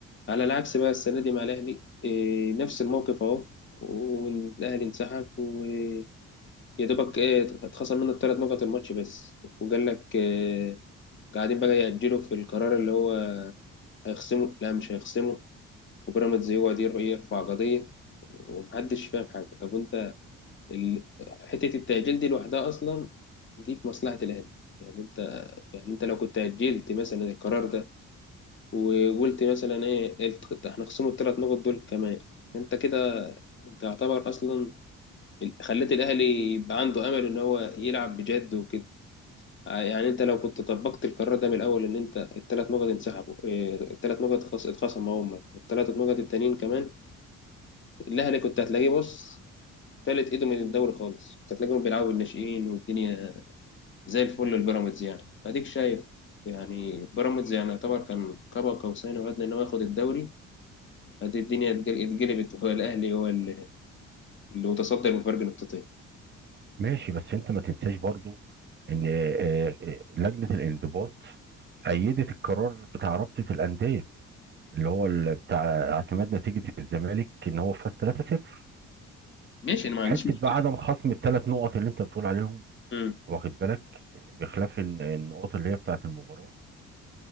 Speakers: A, on the left; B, on the right.
A: على العكس بقى السنة دي مع الأهلي إيه نفس الموقف أهو والأهلي انسحب ويا دوبك إيه اتخصم منه الثلاث نقط الماتش بس وقال لك إيه قاعدين بقى يأجلوا في القرار اللي هو هيخصمه لا مش هيخصمه وبيراميدز يقعد ير- يرفع قضية ومحدش فاهم حاجة طب انت ال... حتة التأجيل دي لوحدها أصلا دي في مصلحة الأهلي يعني انت يعني انت لو كنت أجلت مثلا القرار ده وقلت مثلا ايه الت- احنا خصموا الثلاث نقط دول كمان انت كده انت يعتبر اصلا ال- خليت الأهلي يبقى عنده أمل إن هو يلعب بجد وكده ع- يعني انت لو كنت طبقت القرار ده من الاول ان انت الثلاث نقط انسحبوا إيه، الثلاث نقط خص- اتخصموا هم الثلاث نقط التانيين كمان الاهلي كنت هتلاقيه بص فلت ايده من الدوري خالص كانت تلاقيهم بيلعبوا بالناشئين والدنيا زي الفل للبيراميدز يعني اديك شايف يعني بيراميدز يعني يعتبر كان كبا قوسين او ادنى ان هو ياخد الدوري ادي الدنيا اتجل- اتقلبت هو الاهلي هو اللي اللي متصدر بفرق نقطتين
B: ماشي بس انت ما تنساش برضو ان آه، آه، لجنه الانضباط أيدت القرار بتاع رابطة الأندية اللي هو ال- بتاع اعتماد نتيجة الزمالك إن هو فاز 3-0
A: ماشي انا ما
B: حته
A: عنديش مشكله
B: بقى عدم خصم الثلاث نقط اللي انت بتقول عليهم
A: مم.
B: واخد بالك بخلاف ال- النقط اللي هي بتاعه المباراه